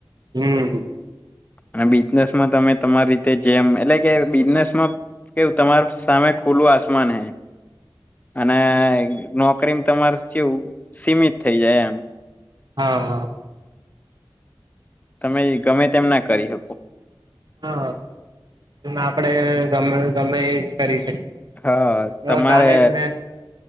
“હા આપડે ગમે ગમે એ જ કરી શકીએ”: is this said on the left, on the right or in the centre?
Right